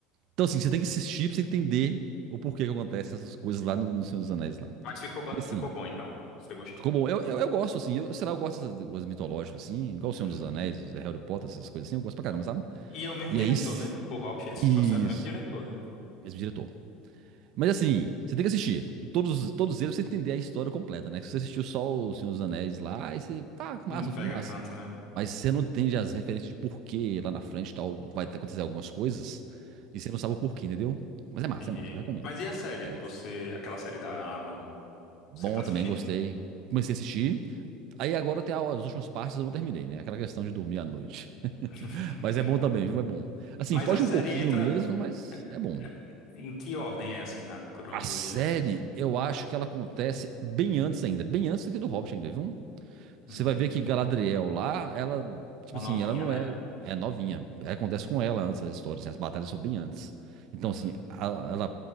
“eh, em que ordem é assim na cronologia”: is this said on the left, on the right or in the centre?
Left